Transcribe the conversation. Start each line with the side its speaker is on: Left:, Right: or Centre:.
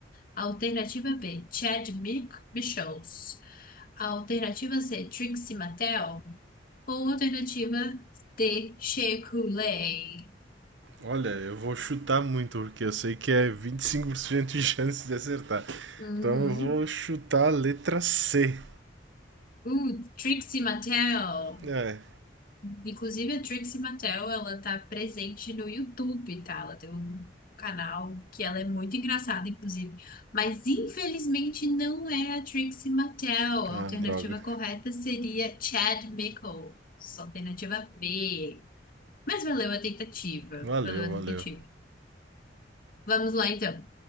Left: Alternativa B, Chad Mi- Michaels. Alternativa C, Trixie Mattel. Ou alternativa D, Shea Coulee.
Right: Olha, eu vou chutar muito, porque eu sei que é 25% de chance de acertar.
Left: Uhum.
Right: Então eu vou chutar a letra C.
Left: Uh, Trixie Mattel.
Right: É.
Left: Inclusive, a Trixie Mattel, ela tá presente no YouTube, tá? Ela tem um canal que ela é muito engraçada, inclusive. Mas, infelizmente, não é a Trixie Mattel. A
Right: Ah,
Left: alternativa
Right: droga.
Left: correta seria Chad Michaels. Alternativa B. Mas valeu a tentativa.
Right: Valeu,
Left: Valeu a
Right: valeu.
Left: tentativa. Vamos lá, então.